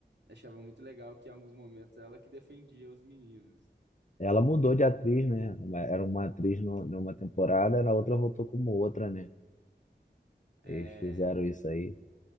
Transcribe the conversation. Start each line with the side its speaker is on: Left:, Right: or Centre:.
Right: Achava muito legal que em alguns momentos ela que defendia os meninos.
Left: Ela mudou de atriz, né? Era uma atriz no- numa temporada, na outra voltou como outra, né? Eles
Right: É,
Left: fizeram isso aí.